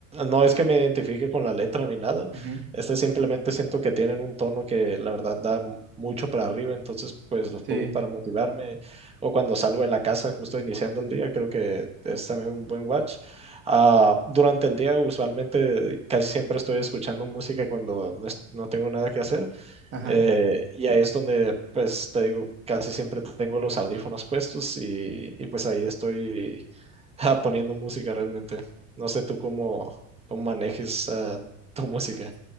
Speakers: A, on the right; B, on the right.
A: no es que me identifique con la letra ni nada,
B: Ujú.
A: este simplemente siento que tienen un tono que la verdad da mu- mucho para arriba, entonces pues los
B: Sí,
A: pongo para motivarme o cuando salgo de la casa justo iniciando el día, creo que es también un buen watch. Ah, durante el día usualmente casi siempre estoy escuchando música cuando no, es- no tengo nada que hacer.
B: ajá.
A: Eh, y ahí es donde, pues, te digo, casi siempre tengo los audífonos puestos y, y, pues ahí estoy ah, poniendo música realmente. No sé tú cómo, cómo manejes ah, tu música.